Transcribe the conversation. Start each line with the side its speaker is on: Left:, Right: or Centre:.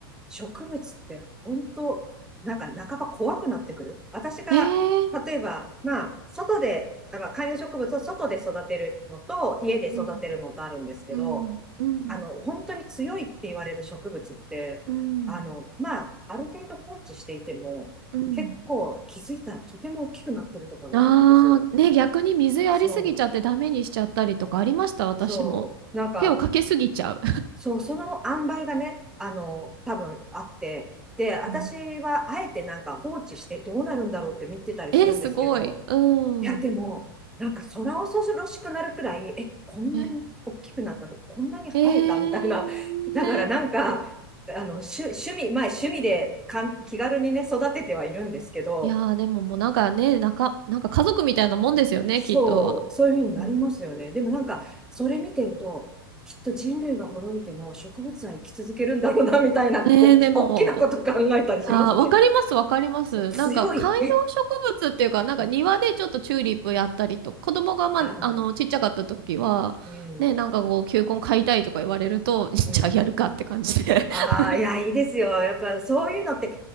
Centre: 植物って、本当なんか、半ば怖くなってくる。私が、
Right: えー、
Centre: 例えば、まあ、外で、あの観葉植物を外で育てるのと、家で育てるのとあるんですけど、
Right: うん。うん。うん。
Centre: あの、本当に強いって言われる植物って、
Right: うん。
Centre: あの、まあ、ある程度放置していても、
Right: うん
Centre: 結構気づいたらとても大きくなってるとかがあるんですよ。
Right: ああー、ね、逆に水やりすぎちゃってダメにしちゃったりとかありました、
Centre: そ
Right: 私も。
Centre: う、そう、なんか、
Right: 手をかけすぎちゃう。
Centre: そう、その塩梅がね、あの、多分あって、で、私はあえてなんか放置してどうなるんだろうって見てたりするんですけど、
Right: うん <laughs> えー、すごい。うん。
Centre: いや、でも、なんか空恐ろしくなるくらい、え、こんなに大きくなったとか、
Right: え、
Centre: こんなに生えたみたいな。
Right: えー、
Centre: <laughs> だからなんか、あの、趣、趣味、まあ趣味でかん気軽にね、育ててはいるんですけど、
Right: いやー、でももうなんかね、なか、なんか家族みたいなもんですよね、
Centre: そう、
Right: きっと。
Centre: そういうふうになりますよね。
Right: うん
Centre: でもなんか、それ見てると、きっと人類が滅びても植物は生き続けるんだろうな、みたいな、
Right: えー、
Centre: おっき、
Right: でも、
Centre: おっきなこと考えたりしますね。
Right: いやー、わかります、わかります。
Centre: そう、強い。
Right: なんか観葉植物っていうか、なんか庭でちょっとチューリップやったりと、
Centre: <laughs>
Right: 子供がまあ、
Centre: ああ、
Right: あの、ちっちゃかった時は、
Centre: うん、
Right: ね、なんかこう、球根買いたいとか言われると、<laughs> じゃあやるかって感じで。
Centre: うん。
Right: <laughs>
Centre: ああ、いや、いいですよ。やっぱそういうのって、